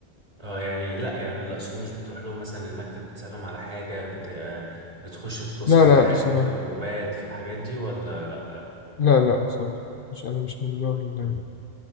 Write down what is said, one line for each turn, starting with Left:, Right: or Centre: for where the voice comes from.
Right: آه، يعني لا يعني اللي اقصده مش بتروح لهم مثلا المكتب بتسألهم على حاجة بت... آه، بتخش تتواصل
Left: لا
Right: معاهم
Left: لا بصراحة
Right: في الجروبات في الحاجات دي ولا لا
Left: لا لا بصراحة مش أنا مش من جوع ال-